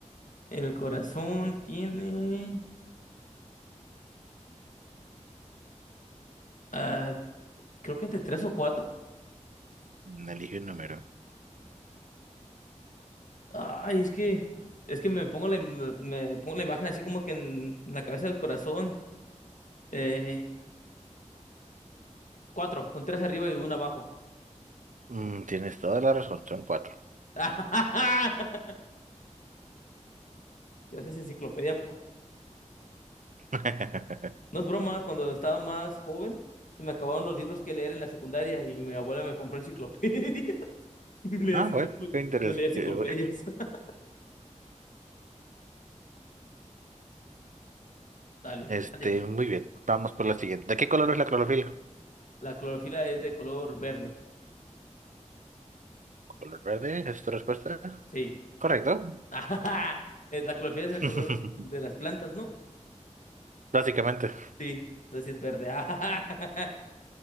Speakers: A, on the left; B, on the right.
A: el corazón tiene... ah, creo que entre tres o cuatro.
B: Mm, Elige un número.
A: Ay, es que, es que me pongo la, im- me pongo la imagen así como que en, en la cabeza del corazón. Eh, cuatro, son tres arriba y uno abajo.
B: Mm, tienes toda la razón, son cuatro.
A: <laughs> Gracias, enciclopedia, por...
B: <laughs>
A: No es broma, cuando estaba más joven, se me acabaron los libros que leer en la secundaria y mi abuela me compró enciclopedia. <laughs> Y Me leía,
B: Ah,
A: enciclo-
B: bueno, qué interesante.
A: me leía enciclopedias. <laughs> Dale,
B: Este,
A: dale.
B: muy bien, vamos por la siguiente. ¿De qué color es la clorofila?
A: La clorofila es de color verde.
B: ¿Color verde? ¿Es tu respuesta?
A: Sí.
B: Correcto.
A: <laughs> Es- La clorofila es
B: <laughs>
A: el color de las plantas, ¿no?
B: Básicamente.
A: Sí. Entonces sí es verde. <laughs>